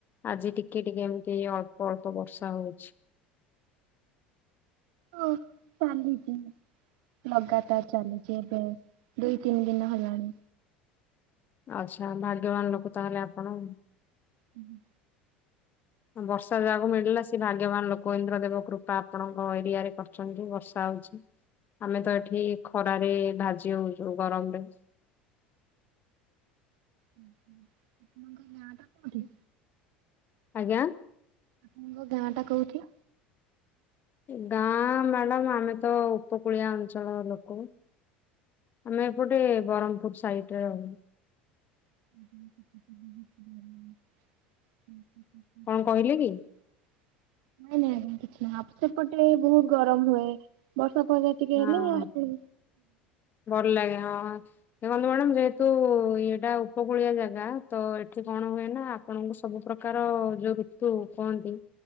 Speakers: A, on the left; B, on the right.
A: ଆଜି ଟିକେ ଟିକେ ଏମିତି ଅଳ୍ପ ଅଳ୍ପ ବର୍ଷା ହଉଛି।
B: ହ ଚାଲିଚି। ଲଗାତାର୍ ଚାଲିଛି ଏବେ ଦୁଇ ତିନି ଦିନ ହେଲାଣି।
A: ଆଚ୍ଛା ଭାଗ୍ୟବାନ୍ ଲୋକ ତାହେଲେ ଆପଣ।
B: ହୁଁ ହୁଁ।
A: ହଁ ବର୍ଷା ଯାହାକୁ ମିଳିଲା ସେ ଭା ଗ୍ୟବାନ୍ ଲୋକ ଇନ୍ଦ୍ର ଦେବ କୃପା ଆପଣଙ୍କ ଏରିଆରେ କରଛନ୍ତି ବର୍ଷା ହଉଛି। ଆମେ ତ ଏଠି ଖରାରେ ଭାଜି ହଉଛୁ ଗରମରେ।
B: ହୁଁ ହୁଁ ଆପଣଙ୍କ ଗାଁ ଟା କୋଉଠି?
A: ଆଜ୍ଞା।
B: ଆପଣଙ୍କ ଗାଁ ଟା କୋଉଠି?
A: ଏ ଗାଁ ମ୍ୟାଡ଼ାମ୍ ଆମେ ତ ଉପକୂଳିଆ ଅଞ୍ଚଳ ଲୋକ। ଆମେ ଏପଟେ ବ୍ରହ୍ମପୁର ସାଇଡ ରେ ରହୁ।
B: <unintelligible> <unintelligible>
A: କଣ କହିଲେ କି?
B: ନାଇଁ ନାଇଁ ଆଁ କିଛି ନାହିଁ ସେପଟେ ବହୁତ ଗରମ ହୁଏ। ବର୍ଷା ପା ଟିକେ
A: ହଁ
B: ହେଲା ହୁଁ।
A: ଭଲ ଲାଗେ ହଁ। ଦେଖନ୍ତୁ ମ୍ୟାଡାମ ଯେହେତୁ ଏଇଟା ଉପକୂଳିଆ ଜାଗା ତ ଏଠି କଣ ହୁଏ ନା ଆପଣ ସବୁ ପ୍ରକାର ଯୋଉ ଋତୁ କୁହନ୍ତି